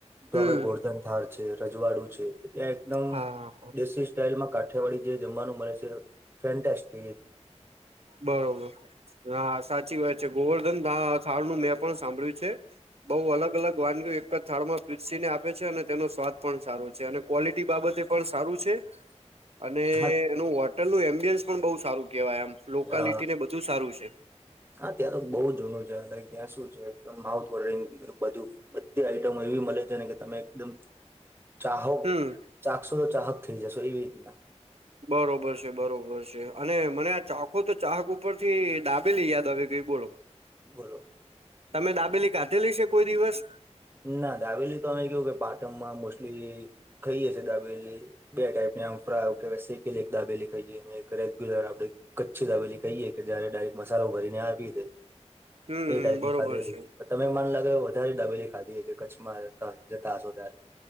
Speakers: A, on the right; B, on the right.
A: તો
B: હમ
A: આપડે ગોરધન થાર છે રજવાડું છે ત્યાં એકદમ
B: હા
A: દેશી સ્ટાઈલમાં કા યાવાડી જે જમવાનું મળે છે ફેન્ટસ્ટિક
B: બરોબર હા સાચી વાત છે ગોવર્ધન થાળ નું મેં પણ સાંભળ્યું છે બઉ અલગ અલગ વાનગી એક જ થાળમાં પીરસીને આપે છે અને તેનો સ્વાદ પણ સારો છે અને. ક્વોલિટી બાબતે પણ સારું છે.
A: <unintelligible>
B: અને
A: હા
B: એનું હોટલનું એમ્બિયન્સ પણ બહુ સારું કેહેવાય એમ લોકાલિટીને
A: અ
B: બધું સારું છે.
A: હા ત્યાં તો બહુ જૂનું છે ત્યાં શું છે માઉથ વોશિંગ બધું. બધી આઈટમો એવી મળે છે ને કે તમે એકદમ. ચાહોક
B: હમ
A: ચાકસો તો ચાહક થઈ જશો એવી રીતના.
B: બરોબર છે બરોબર છે અને મને આ ચાખો તો ચાહક ઉપર થી ડાબેલી યાદ આવી ગયુ. બોલો.
A: બોલો.
B: તમે દાબેલી ખાધેલી છે કોઈ દિવસ.
A: ના દાબેલી તો અમે કેવું કે પાટણમાં મોસ્ટલી. ખાઈએ દાબેલી બે ટાઈપ ફરા આવ કે સેકેલી એક દાબેલી ખાઈએ. એક રેગ્યુલર આપડે કચ્છી દબેલી કહીએે. કે જયારે ડાયરેક મસાલો ભરીને આપી દે
B: હમ
A: એ ટાઈપ
B: બરોબર
A: ની ખાધેલી
B: છે
A: તમે મન લાગે વધારે ડાબેલી ખાધી હે છે કચ્છમાં જતા હશો ત્યારે.